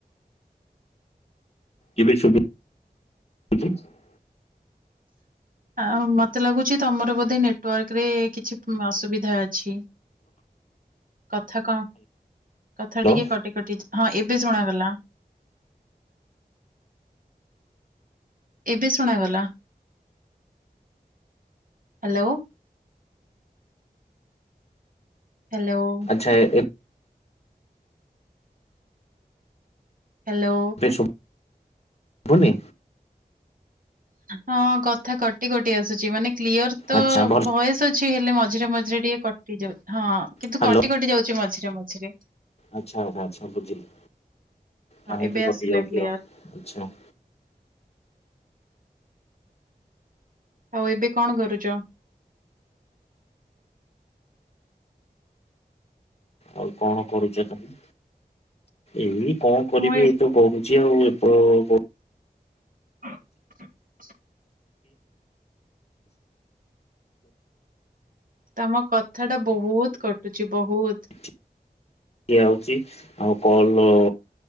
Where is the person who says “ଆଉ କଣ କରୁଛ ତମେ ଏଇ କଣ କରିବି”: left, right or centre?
Left